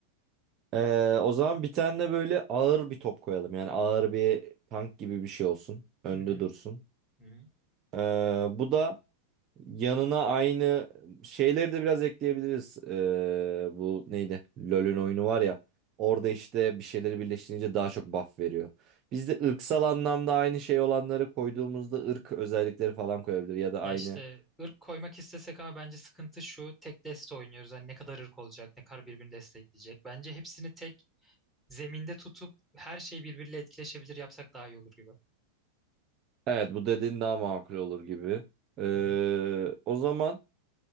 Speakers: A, on the right (about 35°); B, in the centre.
A: Ee, o zaman bir tane de böyle ağır bir top koyalım. Yani ağır bir tank gibi bir şey olsun. Önde
B: Hı hı.
A: dursun.
B: Hı hı.
A: Ee, bu da yanına aynı şeyleri de biraz ekleyebiliriz. Ee, bu neydi? LoL'ün oyunu var ya. Orada işte bir şeyleri birleştirince daha çok buff veriyor. Biz de ırksal anlamda aynı şey olanları koyduğumuzda ırk özellikleri falan koyabilir. Ya da aynı.
B: Ya işte ırk koymak istesek ama bence sıkıntı şu tek deste oynuyoruz. Hani ne kadar ırk olacak, ne kadar birbirini destekleyecek. Bence hepsini tek zeminde tutup her şey birbiriyle etkileşebilir yapsak daha iyi olur gibi.
A: Evet bu dediğin daha makul olur gibi. Ee,
B: Hı hı.
A: o zaman...